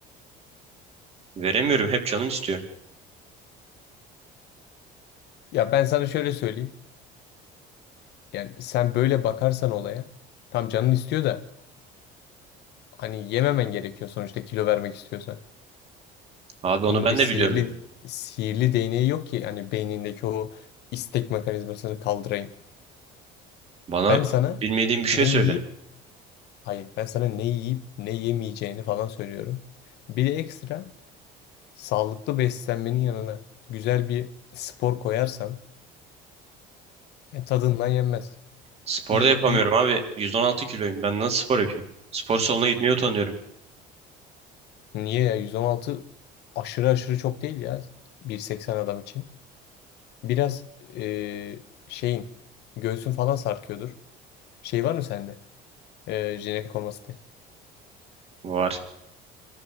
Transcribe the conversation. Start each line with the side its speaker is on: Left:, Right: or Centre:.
Right: veremiyorum. Hep canım istiyor.
Left: Ya ben sana şöyle söyleyeyim. Yani sen böyle bakarsan olaya, tam canın istiyor da hani yememen gerekiyor sonuçta kilo vermek istiyorsan.
Right: Abi onu
Left: Bunun
Right: ben
Left: bir sihirli
Right: de biliyorum.
Left: sihirli değneği yok ki hani beynindeki o istek mekanizmasını kaldırayım.
Right: Bana
Left: Ben sana
Right: bilmediğim bir şey
Left: ne
Right: söyle.
Left: yiyip hayır ben sana ne yiyip ne yemeyeceğini falan söylüyorum. Bir de ekstra sağlıklı beslenmenin yanına güzel bir spor koyarsan e, tadından yenmez.
Right: Spor
Left: İyi
Right: da yapamıyorum
Left: iyi.
Right: abi. 116 kiloyum. Ben nasıl spor yapayım? Spor salonuna gitmeye utanıyorum.
Left: Niye ya 116 aşırı aşırı çok değil ya 1.80 adam için. Biraz e, şeyin göğsün falan sarkıyordur. Şey var mı sende? E, jinekomasti.
Right: Var.